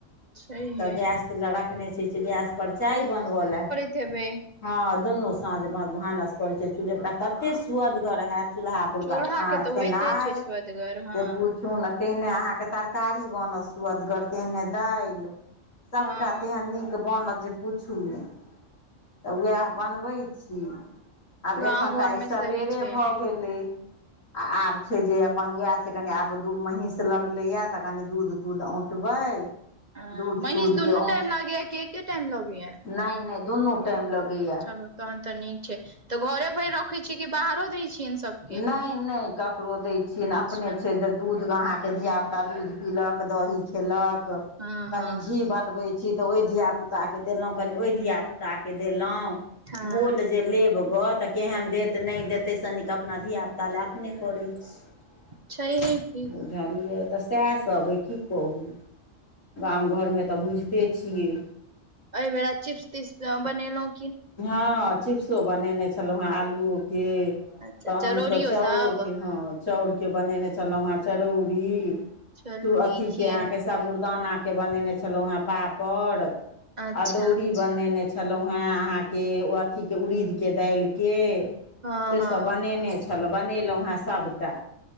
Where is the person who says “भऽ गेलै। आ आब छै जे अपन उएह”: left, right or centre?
Left